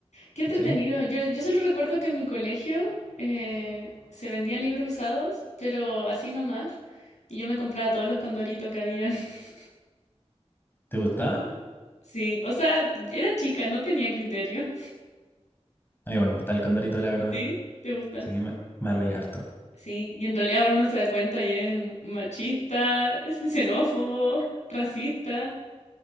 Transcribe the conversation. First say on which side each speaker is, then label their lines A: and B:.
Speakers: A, on the left; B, on the left.
A: qué entretenido.
B: ¿cachai?
A: Yo, yo solo recuerdo que en mi colegio eh, se vendían libros usados, pero así nomás. Y yo me compraba todos los condoritos que habían. <laughs>
B: ¿Te gustaban?
A: Sí, o sea, era chica, no tenía criterio.
B: A mí igual me gustaba el Condorito, la verdad.
A: ¿Sí? ¿Te gusta?
B: Sí, me, me reía harto.
A: Sí, y en realidad ahora uno se da cuenta y es machista, es xenófobo, racista.